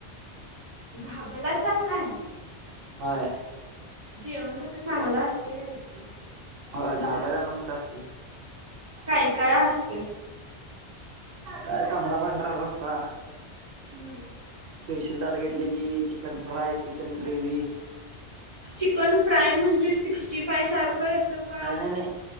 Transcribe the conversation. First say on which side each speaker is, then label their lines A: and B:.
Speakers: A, on the right; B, on the right.
A: धाब्याला चाललाय?
B: व्हय.
A: जेवण कस चांगलं असतय काय तिथलं?
B: होय धाब्याला मस्त असतय.
A: काय काय असतय?
B: काय तांबडा पांढरा रस्सा.
A: हम्म.
B: स्पेशल ताट घेतल की chicken fry, chicken gravy.
A: Chicken fry म्हणजे सिक्स्टी फाय सारखं येतं का?
B: नाही नाही नाही